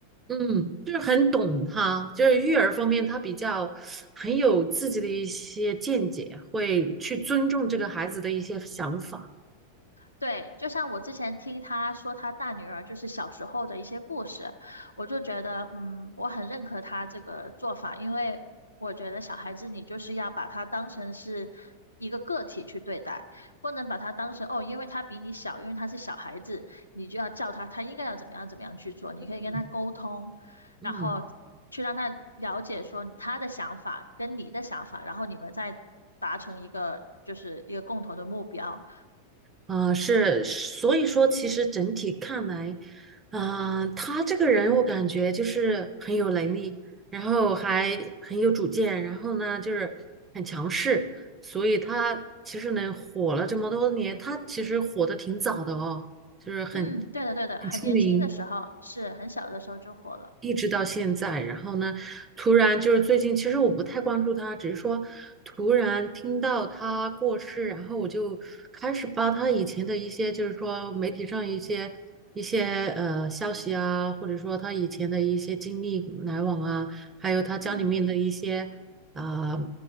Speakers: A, on the right (about 20°); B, on the left (about 85°).
A: 嗯，就是很懂他，就是育儿方面他比较很有自己的一些见解，会去尊重这个孩子的一些想法，
B: 对，就像我之前听她说她大女儿就是小时候的一些故事，我就觉得，嗯，我很认可她这个做法，因为我觉得小孩子你就是要把他当成是一个个体去对待，不能把他当成哦，因为他比你小，因为他是小孩子，你就要叫他他应该要怎么样怎么样去做，你可以跟他沟通，
A: 嗯嗯。
B: 然后去让他了解说他的想法跟你的想法，然后你们再达成一个就是一个共同的目标。
A: 啊、呃是，所以说其实整体看来，啊、他这个人我感觉就是很有能力，然后还很有主见，然后呢就是很强势，所以他其实能火了这么多年，他其实火的挺早的哦，就是很
B: 嗯，对的，对的，
A: 很出名。
B: 很年轻的时候，是很小的时候就火了。
A: 一直到现在，然后呢，突然就是最近，其实我不太关注他，只是说突然听到他过世，然后我就开始扒他以前的一些，就是说媒体上一些一些呃消息啊，或者说他以前的一些经历来往啊，还有他家里面的一些啊、
B: 嗯